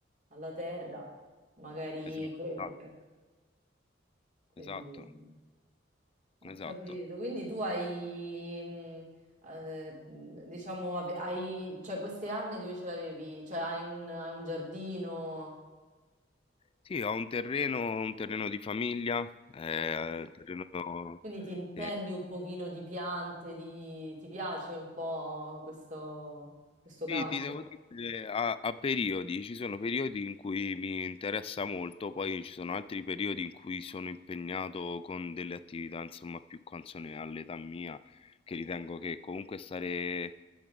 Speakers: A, on the right (about 40°); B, on the left (about 30°).
A: alla Terra, magari,
B: Esatto,
A: que- ecco, quindi
B: esatto,
A: ho
B: esatto.
A: capito. Quindi tu hai, mh, eh, mh, diciamo, ave- hai, cioè queste arnie dove ce l'avevi? Cioè hai un, hai un giardino?
B: Sì, ho un terreno un terreno di famiglia, ehm,
A: Ok.
B: terreno
A: Quindi ti intendi
B: ehm,
A: un pochino di piante, di... ti piace un po' questo, questo
B: sì,
A: campo?
B: ti devo dire a a periodi, ci sono periodi in cui mi interessa molto, poi ci sono altri periodi in cui sono impegnato con delle attività, insomma, più consone all'età mia, che ritengo che comunque stare